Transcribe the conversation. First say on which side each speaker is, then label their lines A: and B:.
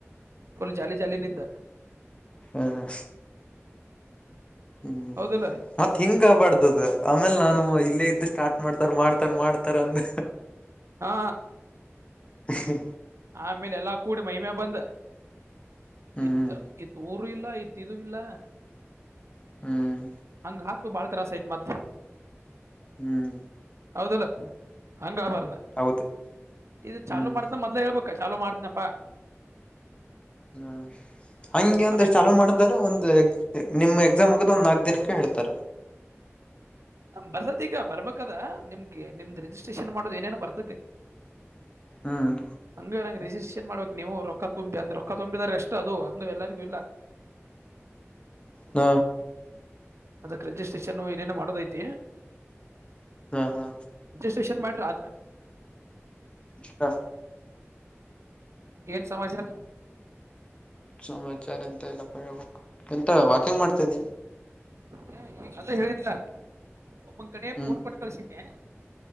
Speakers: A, on the right (about 70°); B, on the left (about 25°).
A: ಫುಲ್ ಜಾಲಿ ಜಾಲ ನಿಂದ್
B: ಹ್ಮ ಹ್ಮ್
A: ಹೌದಲ್ಲ
B: ಮತ್ತತ್ ಹಿಂಗ ಆಗ್ಬಾರ್ದದ ಆಮೇಲೆ ನಾನು ಇಲ್ಲೇ ಇದ್ದು ಸ್ಟಾರ್ಟ್ ಮಾಡ್ತಾರ್ ಮಾಡ್ತಾರ ಮಾಡ್ತಾರ ಅಂದ
A: ಹಾ
B: ಹ್ಮ
A: ಆಮೇಲೆ ಎಲ್ಲಾ ಕೂಡಿ ಮಹಿಮೆ ಬಂದ್
B: ಹ್ಮ್
A: ಇತ್ ಇತ್ ಊರು ಇಲ್ಲ ಇತ್ ಇದು ಇಲ್ಲ
B: ಹ್ಮ್
A: ಹಂಗ ಹಾ ತು ಭಾಳತಾಸಹತ್ ಮತ್
B: ಹ್ಮ್
A: ಹೌದಲ್ಲ ಹಂಗ ಆಬಾರ್ದ
B: ಹೌದು
A: ಇದು ಚಾಲುೂ
B: ಹ್ಮ್
A: ಮಾಡ್ತನ ಮೊದ್ಲೇ ಹೇಳ್ಬೇಕ ಚಾಲು ಮಾಡ್ತನಪ್ಪ
B: ಹ್ಮ್ ಹಂಗೆ ಒಂದಷ್ಟು
A: ಮಾಡಂಗ್
B: ಹಲವ ಮಾಡ್ತಾರ ಒಂದು ನಿಮ್ಮ್ ಎಕ್ಸಾಮ್ ಮುಗದ ಒಂದ್ ನಾಲ್ಕ ದಿನಕ್ಕೆ ಹೇಳ್ತಾರ
A: ಬರ್ತತಿ ಈಗ ಬರ್ಬೇಕದ ನಿಮ್ಗೆ ನಿಮ್ದ್ ರಿಜಿಸ್ಟ್ರೇಷನ್ ಮಾಡೋ ಏನೇನೋ ಬರ್ತತಿ
B: ಹ್ಮ್
A: ಹಂಗ ರರಿಜಿಸ್ಟ್ರೇಷನ್ ಮಾಡ ನೀವು ರೊಕ್ಕ ತುಂಬಿ ಅಂದ ರೊಕ್ಕ ತುಂಬಿದ್ರ ಎಷ್ಟು ಅದು ಅಂಗ ಎಲ್ಲರಿಗೂ ಇಲ್ಲ
B: ನ
A: ಅದಕ್ಕೆ ರಿಜಿಸ್ಟ್ರೇಷನ್ ಏನೇನು ಮಾಡೋದೈತಿ
B: ಹಾ ಹಾ
A: ಸ್ಟೇಷನ್ ಮಾಡ್ರ ಆತ
B: ಹಾ
A: ಏನ್ ಸಮಾಚಾರ
B: ಸಮಾಚಾರ ಎಂತ ಇಲ್ಲಪ್ಪ ಹಬೇಕು ಎಂತ ವಾಕಿಂಗ್ ಮಾಡ್ತಾಿದ್ದಿ
A: ಹ ಈಗ ಅದು ಹೇಳಿದ್ಲ ಒಬ್ಬೊನ ಕಡೆ
B: ಹ್ಮ್
A: ಫೋನ್ ಕೊಟ್ಟ ಕಳಸಿದ್ದೆ